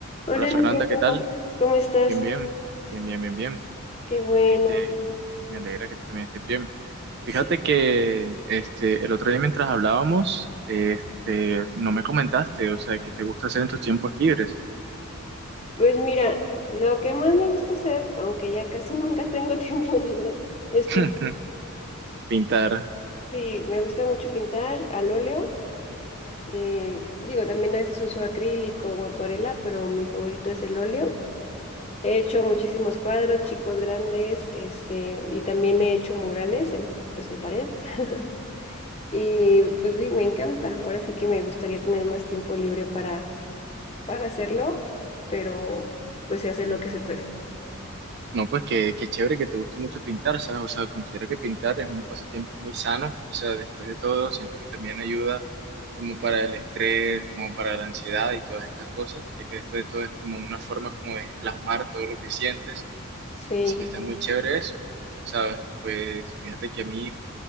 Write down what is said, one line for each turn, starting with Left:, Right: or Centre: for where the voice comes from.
Left: Hola
Right: Hola Fernanda,
Left: Nico,
Right: ¿qué
Left: ¿cómo,
Right: tal?
Left: cómo estás?
Right: Bien, bien, bien, bien, bien, bien.
Left: Qué bueno.
Right: Este, me alegra que tú también estés bien. Fíjate
Left: Sí,
Right: que este, el otro día mientras hablábamos, este, no me comentaste, o sea, que te gusta hacer en tus tiempos libres.
Left: pues mira, lo que más me gusta hacer, aunque ya casi nunca tengo <laughs> tiempo libre, es pintar.
Right: <laughs> Pintar.
Left: Sí, me gusta mucho pintar al óleo. Eh, digo, también a veces uso acrílico o acuarela, pero mi favorito es el óleo. He hecho muchísimos cuadros, chicos grandes, este, y también he hecho murales en, pues en pared. <laughs> Y pues vi- me encanta. Ahora sí que me gustaría tener más tiempo libre para para hacerlo, pero pues se hace lo que se puede.
Right: No, pues que, que chévere que te guste mucho pintar, ¿sabes? O sea, considero que pintar es un pasatiempo muy sano. O sea, después de todo, siento que también ayuda como para el estrés, como para la ansiedad y todas estas cosas, ya que después de todo es como una forma como de plasmar todo lo que sientes
Left: Sí.
Right: Sí que está muy chévere eso, ¿sabes? Pues fíjate que a mí